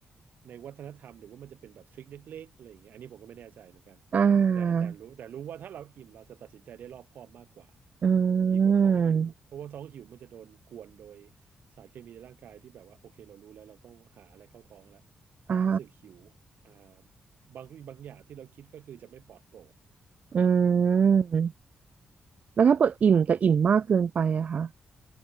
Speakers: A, on the right (about 80°); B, on the right (about 55°).
A: ในวัฒนธรรมหรือว่ามันจะเป็นแบบทริคเล็กๆอะไรอย่างเงี้ยอันนี้ผมก็ไม่แน่ใจเหมือนกัน
B: อ่า
A: แต่แต่รู้แต่รู้ว่าถ้าเราอิ่มเราจะตัดสินใจได้รอบคอบมากกว่า
B: อืม
A: ดีกว่าท้องหิวเพราะว่าท้องหิวมันจะโดนกวนโดยสารเคมีในร่างกายที่แบบว่าโอเคเรารู้แล้วเราต้องหาอะไรเข้าท้องแล้ว
B: อ่า
A: รู้สึกหิวอ่าบางบางอย่างที่เราคิดก็คือจะไม่ปลอดโปร่ง
B: อืมแล้วถ้าเปิดอิ่มแต่อิ่มมากเกินไปอะคะ